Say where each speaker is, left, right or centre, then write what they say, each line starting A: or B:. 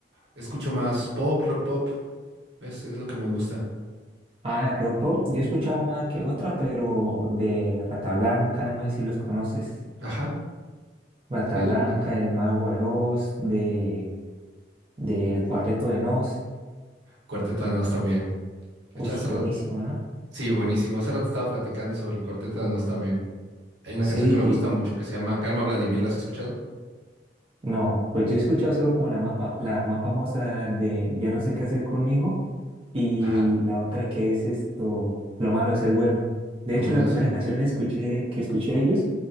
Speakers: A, on the right; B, on the right.
A: escucho más pop, rock pop, es, es lo que me gusta.
B: Ah, Ropo, yo he escuchado una que otra, pero de Rata Blanca, no sé si los conoces.
A: Ajá,
B: Rata
A: sí,
B: Blanca,
A: Red Hot Blanc.
B: El Mago de Oz, de, del Cuarteto de Nos.
A: Cuarteto de Nos también. De
B: Ush,
A: hecho, Hace
B: buenísimo,
A: rato,
B: ¿no?
A: sí, buenísimo, hace rato estaba platicando sobre el Cuarteto de Nos también. Hay una
B: Sí,
A: canción que me
B: y-
A: gusta mucho que se llama Calma Vladimir, ¿la has escuchado?
B: No, pues yo he escuchado solo como la más, fa- la más famosa de Ya no sé qué hacer conmigo y
A: Ajá,
B: la otra que es esto, Lo malo de ser bueno. De
A: lo
B: hecho,
A: malo
B: la primera
A: es el...
B: canción que escuché, que escuché de ellos